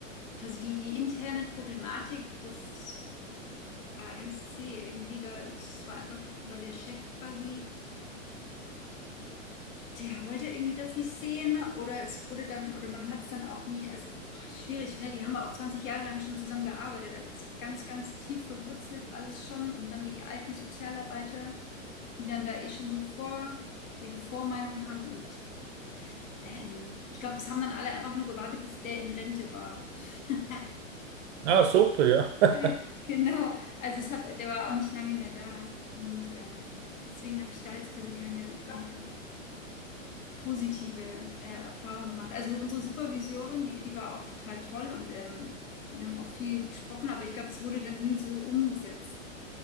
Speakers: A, on the left; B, on the right.
A: quasi die, die interne Problematik, das war ganz zäh irgendwie da. Ich, es war einfach, weil der Chef quasi. der wollte irgendwie das nicht sehen oder es wurde dann, oder man hat es dann auch nie, also ach, schwierig, ne? Die haben auch 20 Jahre lang schon zusammen gearbeitet, also es ist ganz, ganz tief verwurzelt alles schon und dann die alten Sozialarbeiter, die dann da eh schon so vor ihre Vormeinung haben und ähm, ich glaube, es haben dann alle einfach nur gewartet, bis der in Rente war. <laughs>
B: Ah, super, ja.
A: Äh, Genau, also es hat, der war auch nicht lange mehr da und ähm, deswegen habe ich da jetzt quasi keine, Ja. keine positive äh, Erfahrungen gemacht. Also unsere Supervisorin, die, die war auch total toll und ähm, wir haben auch viel gesprochen, aber ich glaube, es wurde dann nie so umgesetzt.